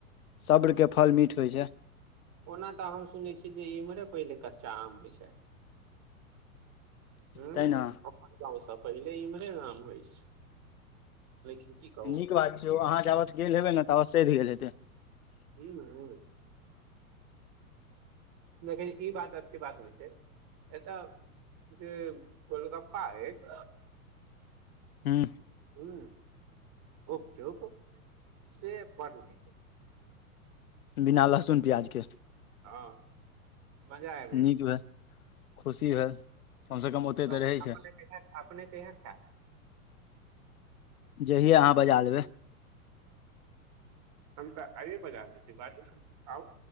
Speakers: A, on the left (about 70°); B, on the right (about 40°).
A: सब्र के फल मीठ होइ छै
B: ओना तऽ हम सुनै छिय जे इम्हरे पहिले क। आम होय छै। ह
A: तैं ने
B: अप जाउ सब। पहिले इम्हरे आम होइ छै। लेकिन की कहू
A: नीक बात छै ओ अहाँ जाबत। गेल हेबै ने ताबे सैध गेले हेतै।
B: हू ने। लेकिन ई बात अच्। से बात नहि छै। ए तऽ। जे गोलकप्पा अइछ।
A: हूँ
B: हूं। ओ से रुकु से बड्ड नि।
A: बिना लहसुन- प्याजके।
B: हँ। मजा आबि जाइ
A: नीक
B: छै
A: भेल, खुशी भेल। कम से कम ओते
B: त
A: तऽ रहै
B: अपने
A: छै
B: क अपने कहि। हँ।
A: जहिए अहाँ बजा लेबै।
B: हम तऽ आइए बजार दै छी बात आउ।